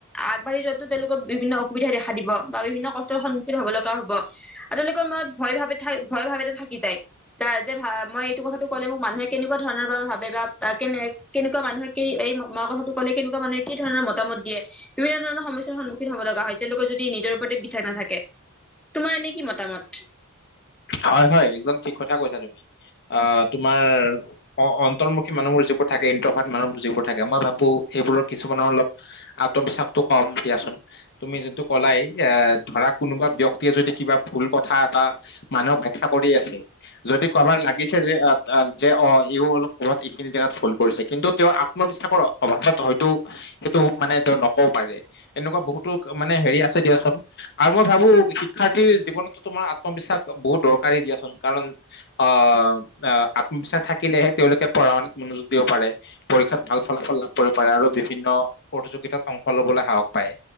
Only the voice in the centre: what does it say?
আগবাঢ় যোৱাতো তেওঁলোকৰ বিভিন্ন অসুবিধা দেখা দিব বা বিভিন্ন কষ্টৰ সন্মুখীন হব লগা হব আৰু তেওঁলোকৰ মনত ভয় ভাৱ থ ভয় ভাৱ এটা থাকি যায় য যে মই এইটো কথাাতটো কলে মোক মানুহে কেনেকুৱা ধৰণৰ বা ভাবে বা কেনে কেনেকুৱা মানুহে কি এই কথাটো ক'লে কেনেকুৱা মানুহে কি ধৰণৰ মতামত দিয়ে বিভিন্ন ধৰণৰ সমস্যাৰ সন্মুখীন হব লগা হয় তেওঁলোকৰ যদি নিজৰ ওপৰত বিশ্বাস নাথাকে তোমাৰ এনেকি মতামত